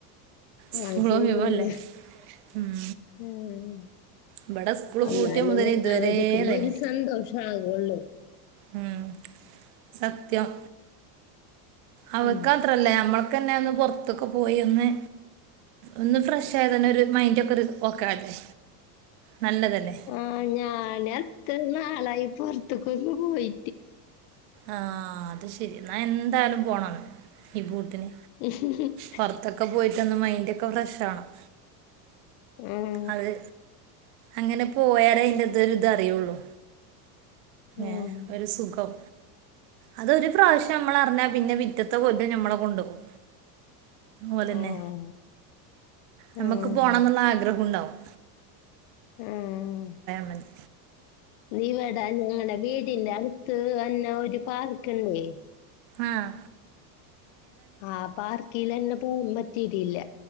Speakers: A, on the right; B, on the left.
A: സ്കൂൾ
B: അത് ശരിയല്ലേ
A: ഒഴിവല്ലേ ഉം
B: ഉം
A: ഇബടെ സ്കൂള്
B: എന്നാലെന്നെ
A: പൂട്ടിയ മുതല് ഇതുവരേ
B: അവരിക്കുപ്പൊ
A: ഇതേനി
B: ഒരു സന്തോഷ ആകുള്ളൂ
A: ഉം സത്യം അവർക്ക്‌
B: ഉം
A: മാത്രല്ല നമ്മള്ക്കന്നെ ഒന്ന് പുറത്തൊക്കെ പോയി ഒന്ന് ഒന്ന് ഫ്രഷ്- ക്ഷേ തന്നെ ഒരു മൈൻഡ ഒക്കെ ഒരു ഓക്കെല്ലേ നല്ലതല്ലേ
B: ആഹ് ഞാനത്ത് നാളായി പുറത്തേക്ക ക്കോ പോയി
A: ആഹ് അത് ശെരി ന്നാ എന്തായാലും പോണം ഈ ബൂത്തിന്
B: ഉം
A: പുറത്തൊക്കെ പോയിട്ട് ഒന്ന് മൈൻഡ് ഒക്കെ ഫ്രഷ് ആകണം
B: ഉം
A: അത് അങ്ങനെ പോയാലേ അതിന്റെതൊ ഒരു ഇത് അറിയുള്ളു
B: ആഹ്
A: ഏഹ് ഒരു സുഖം അതൊരു പ്രാവശ്യം നമ്മൾ അറിഞ്ഞാ പിന്നെ പിറ്റേത്തെ കൊല്ലം നമ്മളെ കൊണ്ട്പോകും ഓലന്നെ
B: ആഹ്
A: നമ്മക്ക്
B: ആഹ്
A: പോണം എന്നുള്ള ആഗ്രഹണ്ടാവും
B: ആഹ്
A: മതി
B: നീ എടാ ഞങ്ങടെ വീടി എന്റെ അടുത്ത് എന്നാ ഒരു പാർക്ക്ണ്ടേ
A: ആഹ്
B: ആഹ് പാർക്കിൽ തന്നെ പോകാൻ പറ്റിട്ടില്ല